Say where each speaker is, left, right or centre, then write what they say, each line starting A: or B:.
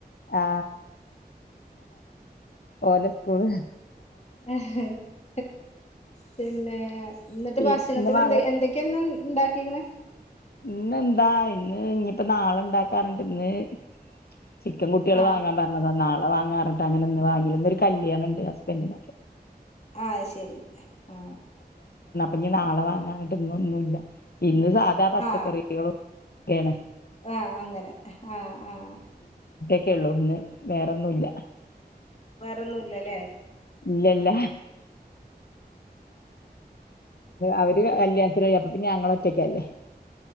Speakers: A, on the left; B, on the left.
A: ആ ഓലെ സ്കൂള്
B: ആഹ <unintelligible> പിന്നെ എന്നിട്ട്
A: പി
B: ഭക്ഷണത്തിന്
A: ഇന്ന് മഴ
B: എന്ത എന്തൊക്കെയാ ഇന്ന് ഉണ്ടാക്കിയെക്കുന്നെ
A: ഇന്നെന്താ ഇന്ന് ഇനിയിപ്പോ നാളെ ഇണ്ടാക്കാറുണ്ട് ഇന്ന്- ചിക്കൻ കുട്ടികള്
B: ആ
A: വാങ്ങാൻ പറഞ്ഞതാ നാളെ വാങ്ങാം അങ്ങനെ ഇന്ന് വാങ്ങിയില്ല ഒരു കല്യാണുണ്ട് ഹസ്ബൻഡിനൊക്കെ
B: ആ ശരി ആ
A: ഇഞ്ഞി നാളെ വാങ്ങാനായിട്ട് ഇന്നൊന്നുമല്ല ഇന്ന് സാധാ പച്ചക്കറികളും
B: ആ
A: ഒക്കെയാണ്
B: ആ അങ്ങനെ ആഹ് ആഹ്
A: ക്കെള്ളൂ ഇന്ന് വേറെന്നുമില്ല
B: വേറെ ഒന്നുയില്ല അല്ലേ
A: ഇല്ലഇല്ല അവര് അല്യാസ <unintelligible> പിന്നെ ഞങ്ങള് ഒറ്റക്കല്ലേ